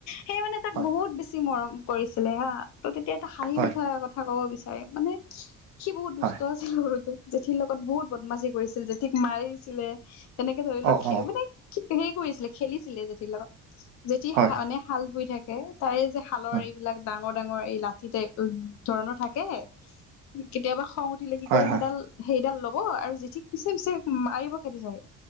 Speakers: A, on the left; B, on the right.
A: সেই মানে তাক
B: হয়,
A: বহুত বেছি মৰম কৰিছিলে, হা, ত' তেতিয়া এটা হাঁহি
B: হয়,
A: উঠা কথা ক'ব বিচাৰ মানে সি বহুত দুষ্ট
B: হয়,
A: আছিল সৰুতে। জেঠীৰ লগত বহুত বদমাচি কৰিছিল, জেঠীক মাৰিছিলে তেনেকে ধৰি লওঁক
B: অ', অ',
A: মানে হেৰি কৰিছিলে, খেলিছিলে জেঠীৰ লগত। জেঠী
B: হয়,
A: মানে শাল বুই থাকে, তাৰে যে শালৰ
B: হয়,
A: এইবিলাক ডাঙৰ, ডাঙৰ এই লাঠি টাইপ উম ধৰণৰ থাকেহ কেতিয়াবা খং উঠিলে কি
B: হয়,
A: কৰে
B: হয়,
A: সেইডাল সেইডাল ল'ব আৰু জেঠিক পিছে পিছে মাৰিব খেতি থাকে